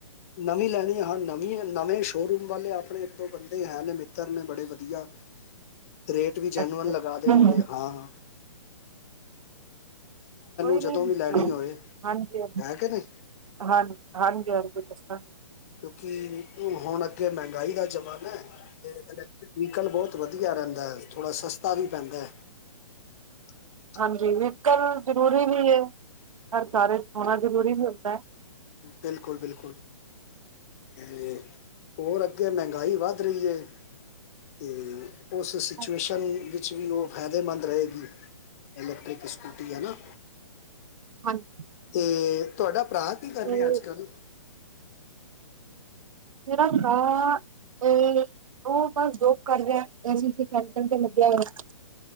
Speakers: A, on the left; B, on the right.
A: ਨਵੀਂ ਲੈਣੀ ਆ ਹਾਂ ਨਵੀਂ ਨਵੇਂ ਸ਼ੋਅਰੂਮ ਵਾਲੇ ਆਪਣੇ ਇੱਕ ਦੋ ਬੰਦੇ ਹੈ ਨੇ ਮਿੱਤਰ ਨੇ ਬੜੇ ਵਧੀਆ ਰੇਟ ਵੀ ਜੈਨੂਅਨ
B: ਅੱਛਾ
A: ਲੱਗਾ
B: ਜੀ,
A: ਦੇਣਗੇ ਹਾਂ-ਹਾਂ।
B: ਕੋਈ
A: ਜਦੋਂ
B: ਨੀ
A: ਵੀ ਲੈਣੀ
B: ਹਾਂਜੀ
A: ਹੋਏ
B: ਆ। ਹਾਂਜੀ-
A: ਹੈ ਕਿ ਨਹੀਂ
B: ਹਾਂਜੀ -ਹਾਂਜੀ ਦੱਸੋ।
A: ਕਿਉਕਿ ਹੁਣ ਅੱਗੇ ਮਹਿੰਗਾਈ ਦਾ ਜ਼ਮਾਨਾ। ਤੇ ਇਲੈਕਟ੍ਰਿਕ ਵਹੀਕਲ ਬਹੁਤ ਵਧੀਆ ਰਹਿੰਦਾ ਹੈ ਥੋੜਾ ਸਸਤਾ ਵੀ ਪੈਂਦਾ। <inaudible>
B: ਹਾਂਜੀ ਵੀਕਲ ਜ਼ਰੂਰੀ ਵੀ ਹੈ ਹਰ ਸਾਰੇ ਸਖਾਂਣਾ ਜ਼ਰੂਰੀ ਵੀ ਹੁੰਦਾ।
A: ਬਿਲਕੁਲ- ਬਿਲਕੁਲ ਅਤੇ ਹੋਰ ਅੱਗੇ ਮਹਿੰਗਾਈ ਵੱਧ ਰਹੀ ਹੈ ਤੇ ਉਸ
B: ਹੈ
A: ਸਿਚੁਏਸ਼ਨ ਵਿੱਚ ਵਿੱਚ ਵੀ ਉਹ ਫਾਇਦੇਮੰਦ ਰਹੇਗੀ ਇਲੈਕਟ੍ਰਿਕ ਸਕੂਟੀ ਹੈ ਨਾ।
B: ਹਾਂਜੀ
A: ਤੇ ਤੁਹਾਡਾ ਭਰਾ ਕੀ ਕਰ
B: ਤੇ
A: ਰਿਹਾ ਅੱਜ ਕੱਲ
B: ਮੇਰਾ ਭਰਾ ਤੇ ਉਹ ਬਸ ਜੋਬ ਕਰ ਰਿਹਾ ਅਸੀਂਥੇ ਕੈ <unintelligible> ਤੇ ਲੱਗਿਆ ਹੋਇਆ।